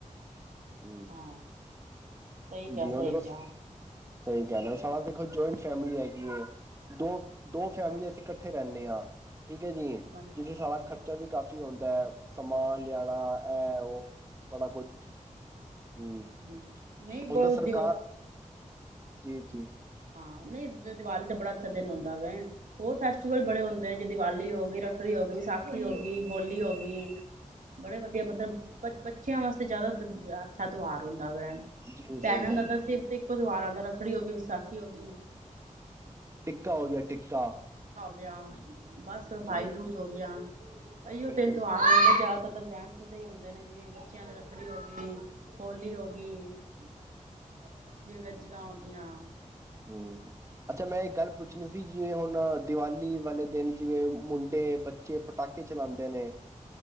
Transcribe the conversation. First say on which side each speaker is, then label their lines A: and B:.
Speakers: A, on the right; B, on the right.
A: ਹਮ,
B: ਹਾਂ ਸਹੀ ਕਿਹਾ
A: ਜੀਉਦੇ
B: ਸਹੀ
A: ਬਛ।
B: ਕਿਹਾ
A: ਸਹੀ ਕਹਿਣਾ, ਸਾਡਾ ਦੇਖੋ ਜਆਇੰਟ ਫੈਮਿਲੀ ਹੈਗੀ ਹੈ। ਦੋ- ਦੋ
B: ਅੱਛਾ
A: ਫੈਮਿਲੀ ਅਸੀਂ ਇਕੱਠੇ ਰਹਿੰਦੇ। ਆ <unintelligible> ਠੀਕ ਹੈ ਜੀ
B: ਅੱਛਾ
A: ਜਿੱਥੇ ਸਡਾ
B: ਹਾਂ
A: ਖਰਚਾ ਵੀ ਕਾਫੀ ਆਉਂਦਾ। ਦਾ ਸਮਾਨ ਲਿਆਣਾ ਹੈ। ਇਹ, ਉਹ ਬੜਾ ਕੁਝ ਹੂੰ
B: ਹਾਂ ਨਹੀਂ ਬਹੁਤ
A: ਹੁਣ ਤਾ ਸਰਕਾਰ
B: ਦਿਵਾ
A: ਜੀ, ਜੀ
B: ਹਾਂ। ਨਹੀਂ ਦੀਵਾਲੀ ਤੇ ਬੜਾ ਅੱਛਾ ਦਿਨ ਆਉਂਦਾ ਵ ਉਹ ਫੈਸਟੀਵਲ ਬੜੇ ਹੁੰਦੇ ਨੇ ਜ ਦੀਵਾਲੀ ਹੋ ਗਈ, ਰੱਖੜੀ ਹੋ ਗਈ, ਵਿਸਾਖੀ ਹੋ ਗਈ, ਹੋਲੀ ਹੋ ਗਈ, ਬੜੇ ਵਧੀਆ ਮਤਲਬ ਬੱਚਿਆਂ ਵਾਸਤੇ ਜ਼ਿਆਦਾ ਅੱਛਾ ਤਿਉਹਾਰ ਹੁੰਦਾ
A: ਜੀ ਸਹੀ
B: ਭੈਣਾ
A: ਗੱਲ
B: ਦਾ ਤਾਂ
A: ਹੈ
B: ਸਿਰ ਤੇ ਇੱਕੋ ਤਿਉਹਾਰ ਆਉਂਦਾ ਰੱਖੜੀ, ਹੋਗੀ ਕੇ ਵਿਸਾਖੀ <inaudible>
A: ਟਿੱਕਾ ਹੋ ਗਿਆ ਟਿੱਕਾ
B: ਵਿਆਹ ਬਸ ਬਾਈ
A: ਜੀ
B: ਦੂਜ ਹੋ ਗਿਆ ਇਹੀਓ
A: ਬਿਲਕੁਲ
B: ਤਿੰਨ ਤਿਉਹਾਰ
A: ਸਹੀ
B: ਆਦਾ ਜ਼ਿਆਦਾ ਜੈਂਟਸ ਦੇ ਹੀ ਹੁੰਦੇ ਨੇ, ਜਿਵੇਂ ਬੱਚਿਆਂ ਦੀ ਰੱਖੜੀ ਹੋ ਗਈ, ਹੋਲੀ ਹੋ ਗਈ ਹੂੰ <unintelligible> ਜਿਵੇਂ ਕੱਜਕਾਂ ਆਉਂਦੀਆਂ
A: ਹੂੰ, ਅੱਛਾ ਮੈਂ ਇੱਕ ਗੱਲ ਪੁੱਛਣੀ ਸੀ ਜਿਵੇਂ ਹੁਣ ਦੀਵਾਲੀ ਵਾਲੇ ਦਿਨ ਜਿਵੇਂ ਮੁੰਡੇ ਬੱਚੇ ਪਟਾਕੇ ਚਲਾਉਂਦੇ ਨੇ